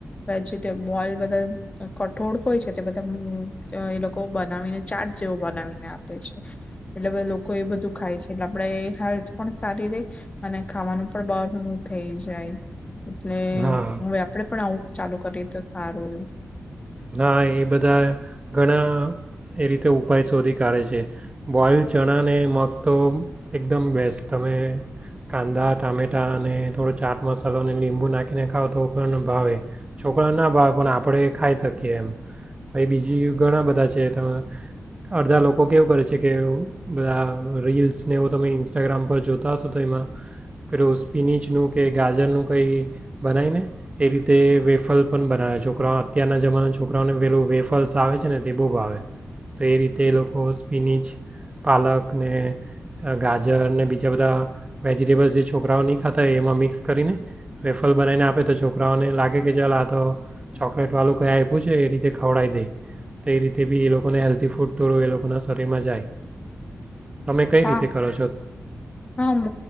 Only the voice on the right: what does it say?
હા
હા, એ બધા ઘણા એ રીતે ઉપાય શોધી કાઢે છે. બોઇલ ચણા અને મગ તો એકદમ બેસ્ટ તમે કાંદા ટામેટા અને થોડો ચાટ મસાલો, અને લીંબુ નાખીને ખાવ તો પણ ભાવે છોકરા ના ભાવે પણ આપણે ખાઈ શકીએ. બીજી ઘણા બધા છે. અડધા લોકો કેવું કરે છે, કે બધા રીલ્સને હું તમે ઇન્સ્ટાગ્રામ પર જોતા હશો, તો એમાં પેલું સ્પિનિચનું કે ગાજરનું કઈ બનાયને એ રીતે વેફલ પણ બનાવે છોકરા અત્યારના જમાના છોકરાઓને પેલું વેફલ્સ આવે છે. ને તે બહુબ આવે તો એ રીતે એ લોકો સ્પિનિચ પાલક ને ગાજર ને બીજા બધા વેજિટેબલ્સ જે છોકરાઓ નહી ખાતા હો. એમાં મિક્સ કરીને વેફલ બનાવીને આપે તો છોકરાઓને લાગે કે ચાલ આ તો ચોકલેટવાળું કંઈ ઓખું છે. એ રીતે ખવડી દે તો એ રીતે બી એ લોકોને હેલ્ધી ફૂડ થોડું એ લોકોના શરીરમાં જાય. તમે કઈ
રીતે કરો છો